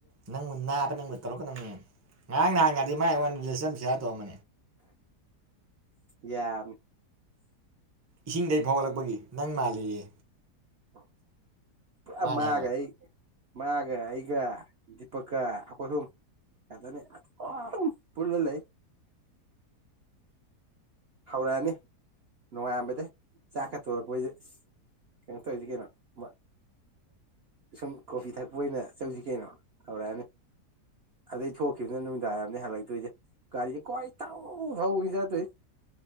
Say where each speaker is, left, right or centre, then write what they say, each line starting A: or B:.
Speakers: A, on the right (about 25°); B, on the right (about 60°).
A: ꯅꯪꯕꯨ ꯅꯥꯕ ꯅꯪꯕꯨ ꯇꯧꯔꯛꯀꯅꯣꯃꯤ ꯉꯔꯥꯡ ꯅꯍꯥꯟ <unintelligible> ꯗꯤ ꯃꯥ ꯑꯩꯉ‌ꯣꯟꯗ ꯂꯤꯁ ꯑꯝ ꯁꯤꯌꯥꯔ ꯇꯧꯔꯝꯕꯅꯤ
B: ꯌꯥꯝ
A: ꯏꯁꯤꯡꯗꯩ ꯐꯥꯎꯒꯠꯂꯛꯄꯒꯤ ꯅꯪ ꯃꯥꯜ‌ꯂ‌ꯦꯌ‌ꯦ
B: <unintelligible> ꯄꯨꯔꯥ ꯃꯥꯒ
A: ꯍꯥꯏꯕ
B: ꯑꯩ ꯃꯥꯒ ꯑꯩꯒ ꯗꯤꯄꯛꯀ ꯑꯩꯈꯣꯏ ꯍꯨꯝ ꯈꯖꯅ ꯑꯗꯨꯝ ꯄꯨꯜꯂ ꯂꯩ ꯍꯧꯔꯛꯑꯅꯤ ꯅꯣꯡꯉꯥꯥꯟꯕꯗꯩ ꯆꯥꯛ ꯀ ꯇꯣꯔꯛꯄꯁꯤꯗ ꯏꯍ ꯀꯩꯅꯣ ꯇꯧꯔꯤꯁꯤ ꯀꯩꯅꯣ ꯃꯥ ꯁꯨꯝ ꯀꯣꯐꯤ ꯊꯛꯄ ꯑꯣꯏꯅ ꯆꯧꯁꯤ ꯀꯩꯅꯣ ꯍꯧꯔꯛꯑꯅꯤ ꯑꯗꯩ ꯊꯣꯛꯈꯤꯕꯗꯨꯅ ꯅꯨꯃꯤꯗꯥꯡꯋꯥꯢꯔꯅ‌ꯦ ꯍꯜꯂꯛꯇꯣꯏꯁꯦ ꯒꯥꯔꯤꯁꯦ ꯀ‌ꯣꯏ ꯊꯧ ꯊꯧꯕꯅꯤ ꯆꯠꯇ‌ꯣꯢꯁ‌ꯦ